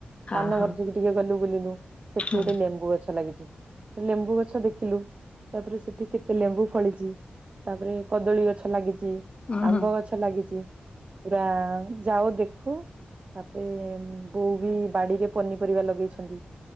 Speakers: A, on the left (about 35°); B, on the right (about 40°).
A: ହଁ
B: ପାନ
A: ହଁ
B: ଗର୍ଜକୁ ଟିକେ ଗଲୁ ବୁଲିଲୁ ସେଠି
A: ହୁଁ।
B: ଗୋଟେ ଲେମ୍ବୁ ଗଛ ଲାଗିଛି। ଲେମ୍ବୁ ଗଛ ଦେଖିଲୁ ତାପରେ ସେଠି କେତେ ଲେମ୍ବୁ ଫଳିଛି। ତାପରେ କଦଳୀ ଗଛ ଲାଗିଛି
A: ଉଁ
B: ଆମ୍ବ
A: ହୁଁ।
B: ଗଛ ଲାଗିଛି। ପୁରା ଯାଉ ଦେଖୁ ତାପରେ ବୋଉ ବି ବାଡିରେ ପନିପରିବା ଲଗେଇଛନ୍ତି।